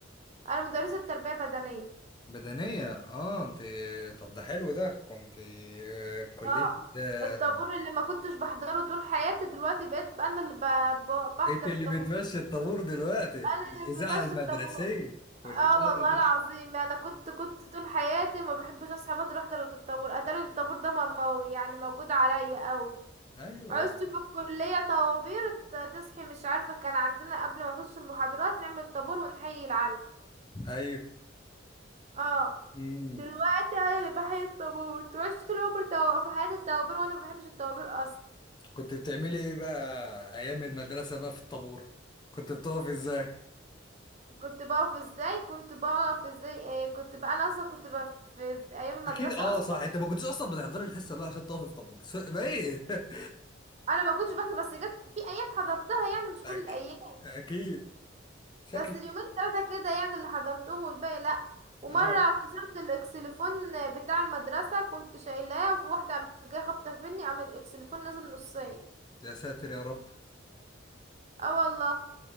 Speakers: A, on the right; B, on the left.
A: انا مدرسه تربيه بدنيه
B: بدنية اه انت طب ده حلو ده كنت آه، كلية
A: اه
B: آه،
A: الطابور اللي ما كنتش بحضره طول حياتي دلوقتي بقيت بقى انا اللي ب- ب- بحضر
B: انت اللي
A: الطابور
B: بتمشي الطابور دلوقتي
A: انا
B: الإذاعة
A: اللي بمشي
B: المدرسية
A: الطابور
B: والإذاعة
A: اه والله
B: المدرسية
A: العظيم انا كنت كنت طول حياتي ما بحبش اصحى بدري احضر الطابور اتاري الطابور ده ما ما- يعني موجود عليا قوي
B: ايوه
A: عشت في الكلية طوابير ت- تصحي مش عارفة كان عندنا قبل ما نخش المحاضرات نعمل طابور ونحيي العلم
B: ايوه
A: اه
B: امم
A: دلوقتي انا اللي بحيي الطابور عشت طول عمري تو- في حياتي الطوابير وانا ما بحبش الطوابير اصلا
B: كنت بتعملي ايه بقى ايام المدرسة بقى في الطابور كنت بتقف ازاي
A: كنت بقف ازاي كنت بقف ازاي إيه كنت بقى انا اصلا كنت بقى في ايام المدرسه
B: اكيد اه
A: اصلا
B: صح انت ما كنتش اصلا بتحضري الحصه دي عشان تقفي في طابور س- ما ايه <laughs>
A: انا ما كنتش بحضر بس جت في ايام حضرتها يعني مش كل
B: اكيد
A: الايام
B: اكيد شكلك
A: بس اليومين ثلاثه كده يعني اللي حضرتهم والباقي لا ومره
B: اه
A: كسرت الاكسليفون بتاع المدرسه كنت شايلاه وفي واحده قامت جايه خبطه فيني قام الاكسليفون نازل نصين
B: يا ساتر يا رب
A: اه والله